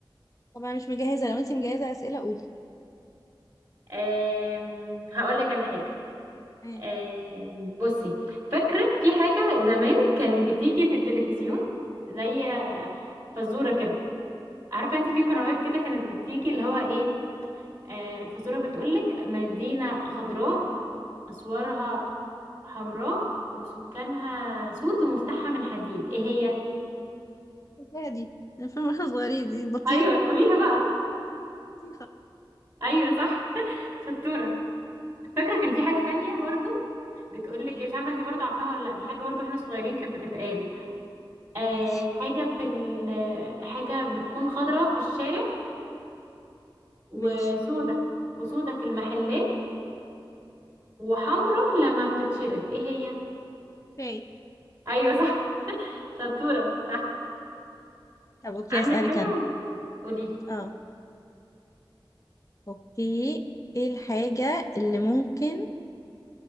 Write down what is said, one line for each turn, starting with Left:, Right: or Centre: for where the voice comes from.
Left: طبعا مش مجهزة لو انتي مجهزة أسئلة قولي
Right: أم... هقول لك على حاجه
Left: ايه
Right: أم... بصي فاكره في حاجه زمان كانت بتيجي في التلفزيون زي آه، فزوره كده عارفه انت
Left: ماشي
Right: في قنوات كده كانت بتيجي اللي هو ايه آه الفزوره بتقولك مدينه خضراء اسوارها حمراء وسكانها سود ومفتاحها من حديد ايه هي
Left: الفيها دي الفيلم واحنا صغيرين دي بطيخة
Right: ايوه قوليها بقى
Left: بطيخة
Right: ايوه صح <laughs> شطوره فاكره كان في حاجه
Left: طب،
Right: تانية برضو بتقولك
Left: ايه
Right: إيه، مش عارفه انت برضو عارفاها ولا لا دي حاجه برضو احنا صغيرين كانت بتتقال آه
Left: ماشي
Right: حاجه في ال حاجه بتكون خضرة في الشارع وسودة
Left: ماشي
Right: وسودة في المحلات وحمرة لما بتتشرب ايه هي
Left: اوكي
Right: ايوه صح <laughs> شطوره صح
Left: طب اوكي
Right: عندك
Left: أسألك
Right: حاجه
Left: أنا
Right: قولي لي
Left: اه اوكي ايه الحاجة اللي ممكن